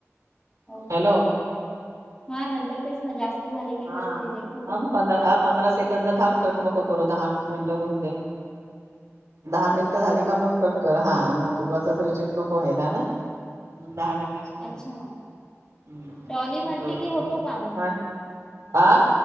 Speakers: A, on the left; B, on the right.
A: ओके.
B: हॅलो
A: हा नंतर. तर तेच ना जास्त झाले की
B: हां
A: परत रिजेक्ट होतोय
B: थांब
A: ना
B: आ पंधरा सेकंड थांब कट नको करू दहा मिनटं होऊन दे. दहा मिनिटं
A: ओके ओके
B: झाली का मग कट कर हां. मग उगाचच रिजेक्ट नको व्हायला ना? दहा मिनटाचे
A: अच्छा
B: <unintelligible>
A: डॉली म्हटली की होतो काउंट
B: मग <unintelligible> आ?